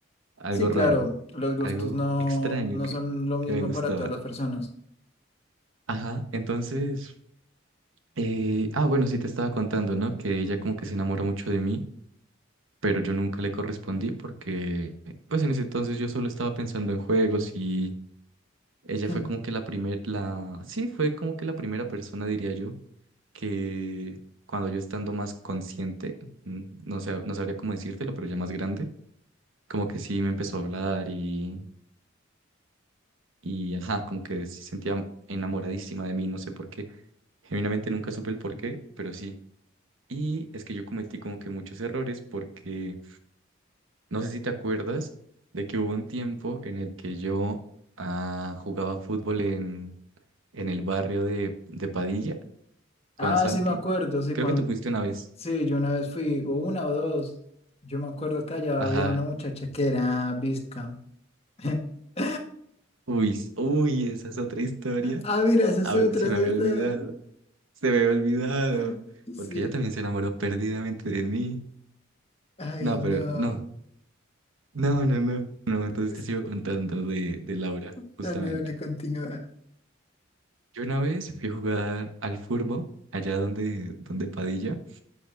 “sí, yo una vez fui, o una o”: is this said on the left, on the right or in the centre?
Left